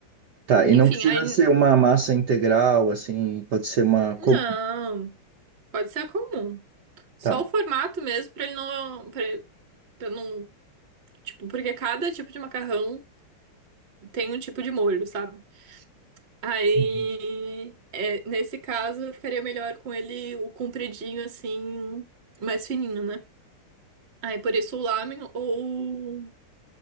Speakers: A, on the right; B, on the right.
A: Tá, e
B: Enfim,
A: não precisa
B: aí.
A: ser uma massa integral, assim, pode ser uma.
B: Não,
A: Como?
B: pode ser a comum. Só
A: Tá.
B: o formato mesmo, pra ele não, pra, pra não, tipo, porque cada tipo de macarrão tem um tipo de molho, sabe? Aí,
A: Uhum. <laughs>
B: é, nesse caso, ficaria melhor com ele o compridinho, assim, mais fininho, né? Aí, por isso o lamen ou